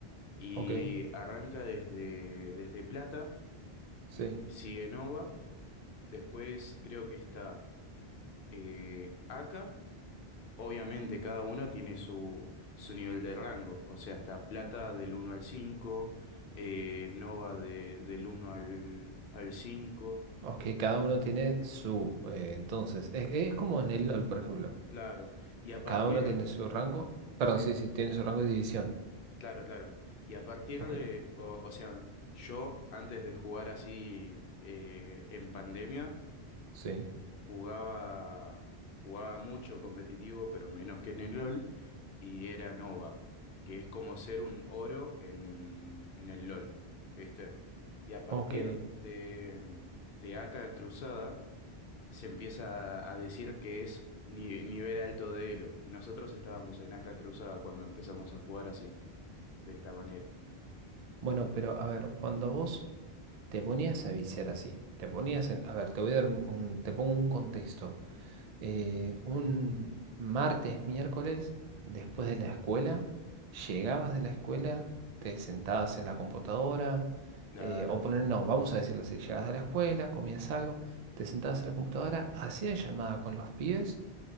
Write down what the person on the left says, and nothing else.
Y
arranca desde, desde plata,
sigue Nova, después creo que está eh, Aka. Obviamente cada una tiene su, su nivel de rango, o sea, está plata del uno al 5, eh, Nova de, del uno al, al 5.
claro. Y a partir...
eh,
sí.
Claro, claro. Y a partir
de, o, o sea, yo antes de jugar así eh, en pandemia,
jugaba, jugaba mucho competitivo, pero menos que en el LOL, y era Nova, que es como ser un oro en, en el LOL, ¿viste? Y a partir
de, de AK Cruzada, se empieza a a decir que es ni- nivel alto de Elo, y nosotros estábamos en AK Cruzada cuando empezamos a jugar así, de esta manera.
Claro,